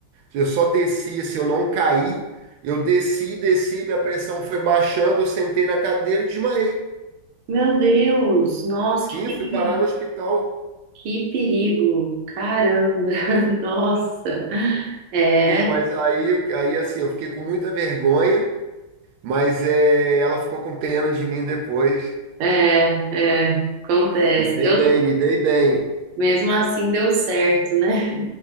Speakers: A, on the right (about 85°); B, on the right (about 70°).
A: Eu só desci, assim, eu não caí. Eu desci, desci, minha pressão foi baixando, eu sentei na cadeira e desmaiei.
B: meu Deus, nossa,
A: Sim,
B: que perigo,
A: fui parar no hospital.
B: que perigo, caramba, <laughs> nossa, é,
A: Sim, mas aí, aí assim, eu fiquei com muita vergonha, mas é, ela ficou com pena de mim depois.
B: é, é, acontece.
A: Me dei
B: Eu,
A: bem, me dei bem.
B: mesmo assim deu certo, né?